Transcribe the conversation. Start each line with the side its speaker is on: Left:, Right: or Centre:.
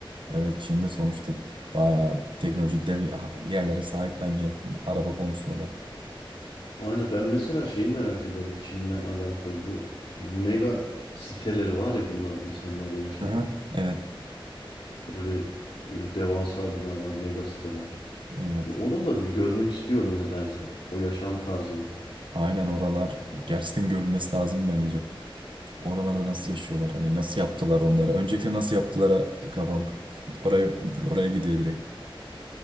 Right: Evet, Çin'de sonuçta bayağı teknoloji dev yerlere sahip bence araba konusunda da.
Left: Aynı ben mesela şeyi merak ederim Çin'le alakalı bu mega siteleri var ya bunların insanların yaşadığı.
Right: Aha. Evet,
Left: Böyle e, devasa binalar, mega siteler.
Right: evet.
Left: Bir Oraları bir görmek istiyorum nedense. O yaşam tarzını.
Right: Aynen oralar gerçekten görülmesi lazım bence. Oralarda nasıl yaşıyorlar? Hani nasıl yaptılar onlara? Öncelikle nasıl yaptılara kafam <laughs> oraya oraya gidiyor direkt.